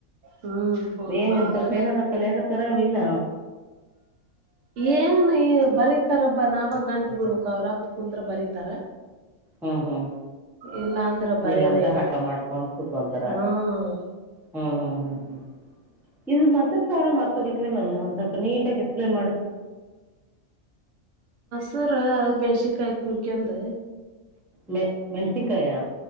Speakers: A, on the right (about 70°); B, in the centre.
A: ಹ್ಮ್ ಹೋಗ್
B: ಏನ
A: ಬಂದ್ರ
B: ಇನ್ ಸ್ವಲ್ಪ ಏನಾರೂ ಕಲೆ ಹಾಕತ್ತಾರ ಇಲ್ಲ
A: ಏನ್ ಈ ಬರೀ ಹತಾರಬ್ಬ ನಾವಾಗ ಗಂಟು ಬಿೀಳ್ಬೇಕ ಅವ್ರಪ್ಪ ಕುಂ ಬರೀತಾರ
B: ಹ್ಮ್ ಹ್ಮ್
A: ಇಲ್ಲ ಅಂದ್ರ ಬರೆಯೋದೇ
B: ಇಲ್ಲಾಂದ್ರೆ
A: ಇಲ್ಲ
B: ಆಟ ಮಾಡ್ಕೊಂಡು ಕುೂತ್ೊಂತಾರ
A: ಹ್ಮ್
B: ಹ್ಮ್ ಹ್ಮ್ ಹ್ಮ ಹ್ಮ ಇದು ಮಾ ಸರ್ ಾರ ಮರ್ತೋಗಿತ್ಲಲ್ಲ ಒಂದ್ ಸ್ವಲ್ಪ ನೀಟಾಗಿ ಎಕ್ಸ್ಪ್ಲೇನ್ ಮಾಡು
A: ಸರ ಮೆಣ್ಸಿಕಾಯಿ ಕುಳಿಕಂದ
B: ಮ ಮೆನ್ಸಿಿನಕಾಯಾ